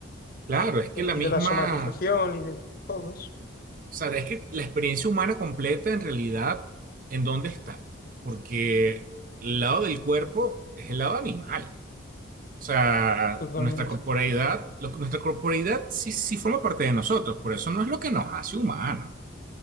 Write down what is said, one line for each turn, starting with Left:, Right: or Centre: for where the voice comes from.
Right: claro, es que
Left: eh,
Right: la
Left: y
Right: misma,
Left: de la somatización
Right: o
Left: y de todos,
Right: sea, es que la experiencia humana completa en realidad, ¿en dónde está? Porque el lado del cuerpo es el lado animal. O sea,
Left: totalmente.
Right: nuestra corporeidad, lo- nuestra corporeidad sí, sí forma parte de nosotros, por eso no es lo que nos hace humanos.